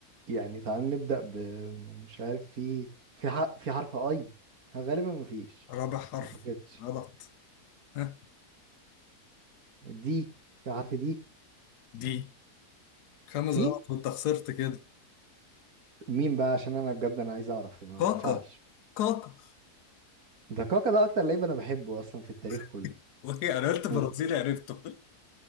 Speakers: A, on the right; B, on the left.
A: يعني تعال نبدأ ب مش عارف في في ح... في حرف اي غالبا ما فيش
B: رابع حرف
A: ما اعتقدش
B: غلط ها
A: دي في حرف دي
B: دي خامس
A: في
B: غلط وانت خسرت كده
A: مين بقى عشان انا بجد انا عايز اعرف ما
B: كاكا
A: ما ينفعش
B: كاكا
A: ده كاكا ده اكتر لعيب انا بحبه اصلا في التاريخ كله
B: <laughs> وهي انا قلت برازيلي
A: أنا إز-
B: عرفته